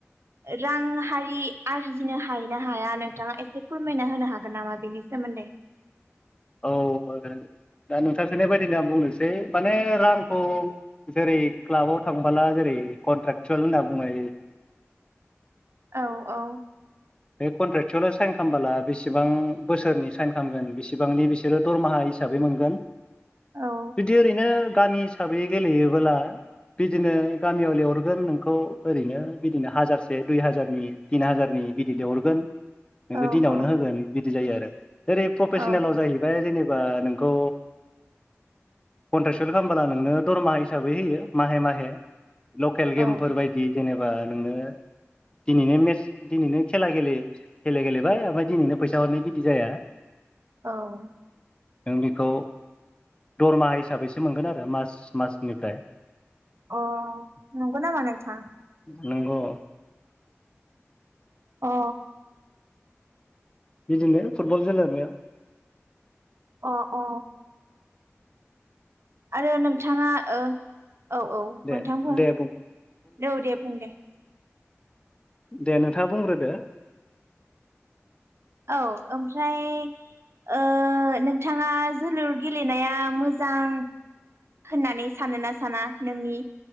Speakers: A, on the right (about 60°); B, on the left (about 20°).
A: रां हारि आरजिनो हायो ना हाया नोंथाङा एसे फोरमायना होनो हागोन नामा बेनि सोमोन्दै
B: औलललल दा नोंथां सोंनाय बादिनो आं बुंनोसै माने रांखौ जेरै क्लाबाव थांबोला जेरै कन्ट्रेकसुयेल होन्ना बुङो
A: औ औ
B: बे कनट्रेक्टसुयेल' साइन खालामबोला बेसेबां बोसोरनि साइन खालामगोन बेसेबांनि बिसोरो दरमाहा हिसाबै मोनगोन
A: औ
B: जुदि ओरैनो गामि हिसाबै गेलेयोबोला बिदिनो गामियाव लिंहरगोन नोंखौ ओरैनो बिदिनो हाजारसे दुइ हाजारनि तिन हाजारनि गिदिर लिंहरगोन
A: औ
B: दिनावनो
A: औ
B: होगोन बिदि जायो आरो ओरै प्रफेसनेलाव
A: औ
B: जाहैबाय जेनेबा नोंखौ कन्ट्रेक्सल खालामबोला नोंनो दरमाहा हिसाबै होयो माहे माहे लकेल गेमफोर
A: औ
B: बायदि जेनेबा नोंनो दिनैनो मेस दिनैनो खेला गेले खला गेलेबाय ओमफ्राय दिनैनो फैसा हरनाय बिदि जाया
A: औ
B: नों बेखौ दरमाहा हिसाबैसो मोनगोन आरो मास मासनिफ्राय
A: अ नंगौनामा नोंथां
B: नंगौ
A: अ
B: बिदिनो फुटबल गेलेनाया
A: अ अ आरो नोंथाङा ओ औ औ
B: दे
A: नोंथां बुं
B: दे
A: औ दे बुं दे
B: दे नोंथाङा बुंग्रोदो
A: औ ओमफ्राय ओ नोंथाङा जोलुर गेलेनाया मोजां होननानै सानोना साना नोंनि